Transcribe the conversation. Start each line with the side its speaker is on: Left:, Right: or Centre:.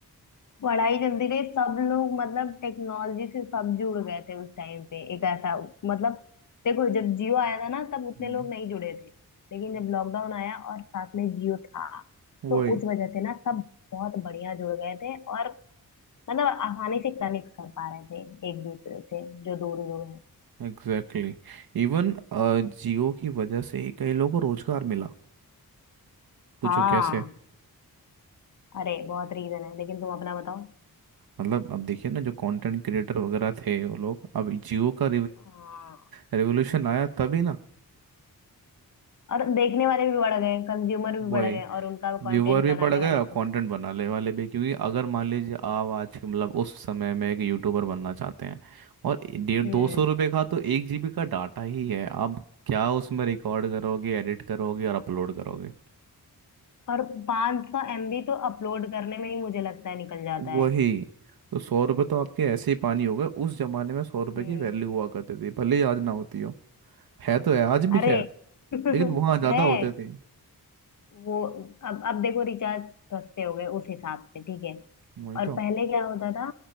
Left: पढ़ाई चलती रही सब लोग मतलब टेक्नोलॉजी से सब जुड़ गए थे उस टाइम पे एक ऐसा मतलब देखो जब जियो आया था ना तब उतने
Right: हम्म
Left: लोग नहीं जुड़े थे लेकिन जब लॉकडाउन आया और साथ में जियो था तो
Right: वही
Left: उस वजह से ना सब बहुत बढ़िया जुड़ गए थे और मतलब आसानी से कनेक्ट कर पा रहे थे एक दूसरे से जो दूर दूर है
Right: एग्जैक्टली इवन जियो की वजह से ही कई लोगों को रोजगार मिला पूछो
Left: हाँ
Right: कैसे
Left: अरे बहुत रीजन है लेकिन तुम अपना बताओ
Right: मतलब अब देखिए ना जो कंटेंट क्रिएटर वगैरह थे वो लोग अब जियो का
Left: हाँ
Right: रिवोल्यूशन आया तभी ना
Left: और देखने वाले भी बढ़ गए कंज्यूमर भी
Right: वही
Left: बढ़ गए और उनका
Right: व्यूअर
Left: कंटेंट
Right: भी
Left: बनाने
Right: बढ़ गया
Left: वाले भी
Right: कंटेंट
Left: बढ़
Right: बनाने वाले भी क्योंकि अगर मान लीजिए आप आज के मतलब उस समय में एक यूट्यूबर बनना चाहते हैं और डेढ़
Left: गए।
Right: दो
Left: हम्म,
Right: सौ रुपये का तो एक जीबी का डाटा ही है आप क्या उसमें रिकॉर्ड करोगे एडिट करोगे और अपलोड करोगे
Left: और 500 सौ एमबी तो अपलोड करने में ही मुझे लगता है निकल जाता
Right: वही
Left: है
Right: तो सौ रुपये तो आपके ऐसे ही पानी हो गए उस जमाने में सौ रुपये
Left: हम्म
Right: की वैल्यू हुआ करती थी भले ही आज ना होती हो है तो है आज भी
Left: अरे
Right: खैर
Left: <laughs>
Right: लेकिन वहाँ ज़्यादा
Left: है
Right: होते थे
Left: वो अब अब देखो रिचार्ज सस्ते हो गए उस हिसाब से ठीक है
Right: वही
Left: और
Right: तो
Left: पहले क्या होता था